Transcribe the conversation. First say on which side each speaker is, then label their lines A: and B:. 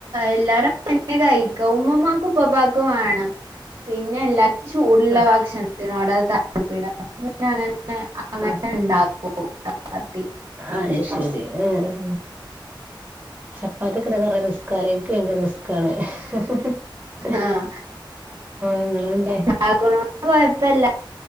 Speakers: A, on the right; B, on the right.
A: എല്ലാരും അതന്നെ കഴിക്ക ഉമ്മമാക്ക് പപ്പാക്ക് വേണം പിന്നെ എല്ലാർക്കും ചൂടുള്ള
B: ആഹ്
A: ഭക്ഷണത്തിനോട താൽ ന്നെ അങ്ങനെ അങ്ങനെ
B: ആഹ്
A: ഉണ്ടാക്കും ചെപ്പത്തി
B: അത് ശരി ആഹ് ചപ്പാത്തി കിണ്ടാക്കാൻ കൊറെ റിസകല്ലേ എനിക്ക് ഭയങ്കര റിസ്കണ് ഹ്
A: ആഹ്
B: ങ്ങള് ണ്ടേ
A: ആക്ണാണ്ട് കൊഴപ്പല്ല